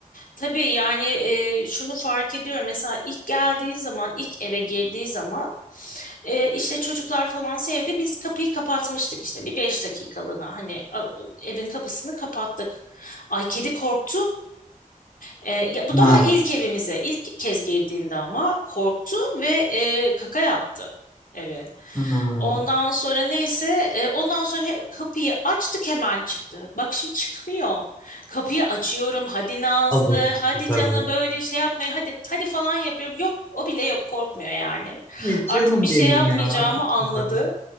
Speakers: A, on the left; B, on the left.
A: Tabii yani e, şunu fark ediyorum. Mesela ilk geldiği zaman, ilk eve girdiği zaman e, işte çocuklar falan sevdi. Biz kapıyı kapatmıştık işte bir beş dakikalığına. Hani a- evin kapısını kapattık. Ay kedi korktu. E, ya bu
B: Ha.
A: daha ilk evimize, ilk kez girdiğinde ama korktu ve e, kaka yaptı eve.
B: Hmm.
A: Ondan sonra neyse, e, ondan sonra he- kapıyı açtık hemen çıktı. Bak şimdi çıkmıyor. Kapıyı açıyorum. Hadi Nazlı,
B: Alıştı
A: hadi
B: tabii.
A: canım böyle şey yapmaya hadi hadi falan yapıyorum. Yok, o bile yok korkmuyor yani.
B: Ay,
A: Artık
B: canım
A: bir şey
B: benim
A: yapmayacağımı
B: ya. Çok
A: anladı.
B: güzel.